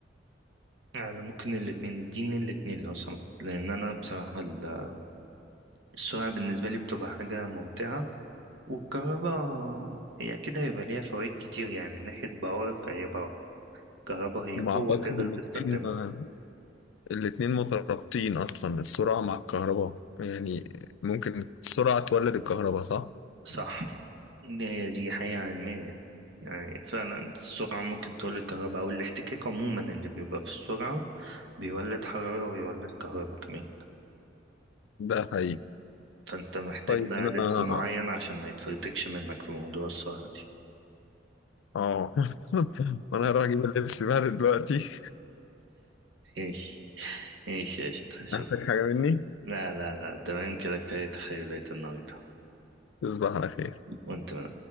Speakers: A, on the right (about 70°); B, on the left (about 80°).
A: يعني ممكن الاتنين اديني الاتنين لو سمحت لأن أنا بصراحة ال- السرعة بالنسبة لي بتبقى حاجة ممتعة والكهرباء هي أكيد هيبقى ليها فوائد كتير يعني من ناحية باور فهي باور الكهرباء هي
B: ما
A: قوة
B: اعتقد
A: تقدر
B: الاتنين
A: تستخدمها
B: آه، الاتنين مترابطين اصلا السرعة مع الكهرباء يعني ممكن السرعة تولد الكهرباء صح
A: صح إن هي دي حقيقة علمية يعني فعلا السرعة ممكن تولد كهرباء أو الاحتكاك عموما اللي بيبقى في السرعة بيولد حرارة ويولد كهرباء كمان
B: ده حقيقي
A: فأنت محتاج
B: طيب
A: بقى
B: انا
A: لبس معين عشان ما يتفرتكش منك في موضوع السرعة دي
B: اه <laughs> وانا هروح اجيب اللبس بقى دلوقتي
A: ماشي ماشي يا قشطة شكرا
B: محتاج حاجة مني
A: لا لا لا تمام كده كفاية تخيلات النهاردة
B: تصبح على خير
A: وأنت من